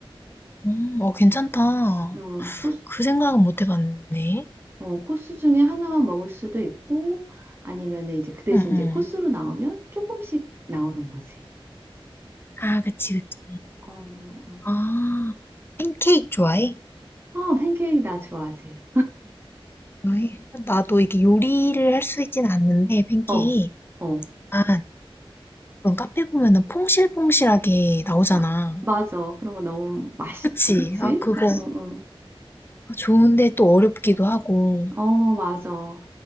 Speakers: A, on the left; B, on the right.
A: 음, 어, 괜찮다.
B: 어, 코스
A: 그 생각은 못 해봤네.
B: 어, 코스 중에 하나만 먹을 수도 있고, 아니면은 이제 그 대신
A: 응,
B: 이제
A: 응.
B: 코스로 나오면 조금씩 나오는 거지.
A: 아, 그치, 그치.
B: 어, 어,
A: 아, 팬케이크 좋아해?
B: 어, 팬케이크 나 좋아하지.
A: 좋아해. 나도 이게 요리를 할 수 있진 않는데, 팬케이크.
B: 어, 어,
A: 아, 그런 카페 보면은 퐁실퐁실하게 나오잖아.
B: 마, 맞아. 그런 거 너무 맛있지,
A: 그치?
B: 그치?
A: 아, 그거.
B: 어, 어,
A: 좋은데 또 어렵기도 하고.
B: 어, 어, 맞아.